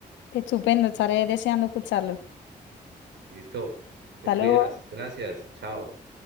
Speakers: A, on the left; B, on the right.
A: Estupendo, estaré deseando escucharlo.
B: Listo, te
A: Hasta
B: cuidas,
A: luego.
B: gracias, chao.